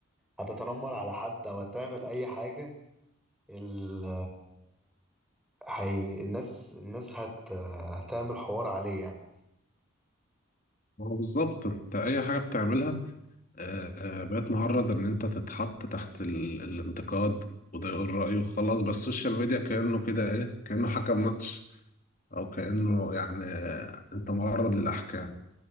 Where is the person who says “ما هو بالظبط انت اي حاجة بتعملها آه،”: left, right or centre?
Left